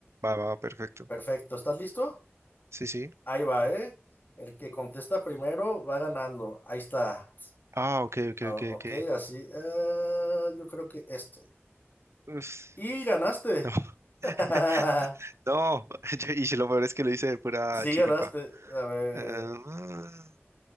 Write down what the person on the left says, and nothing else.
Perfecto, ¿estás listo?
Ahí va, ¿eh? El que contesta primero va ganando. Ahí está.
Ah,
ok,
así. eh, yo creo que esto.
Y ganaste.
<laughs>
Sí,
ganaste. A ver.